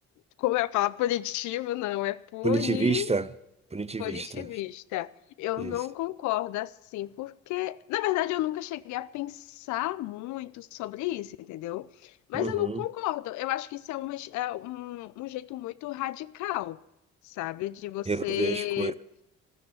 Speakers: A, on the left; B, on the right.
A: como eu falo, punitivo, não, é puni
B: Punitivista? Punitivista.
A: Positivista. Eu
B: Isso.
A: não concordo assim, porque, na verdade, eu nunca cheguei a pensar muito sobre isso, entendeu? Mas
B: Uhum.
A: eu não concordo. Eu acho que isso é, uma, é um, um jeito muito radical, sabe? De você
B: Resolver as coisas.